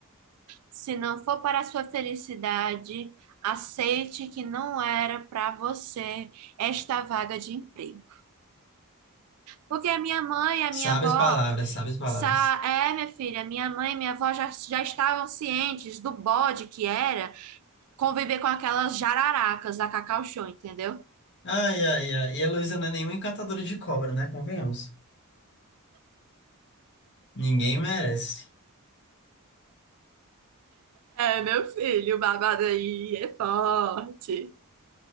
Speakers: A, on the right; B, on the left.
A: Se não for para a sua felicidade, aceite que não era para você esta vaga de emprego. Porque a minha mãe, a
B: Sabe
A: minha avó,
B: as palavras, sabe as palavras.
A: sa- é, minha filha, minha mãe e minha avó já, já estavam cientes do bode que era conviver com aquelas jararacas da Cacau Show, entendeu?
B: Ai, ai, ai. E a Luísa não é nenhuma encantadora de cobra, né? Convenhamos. Ninguém merece.
A: É, meu filho, o babado aí é forte.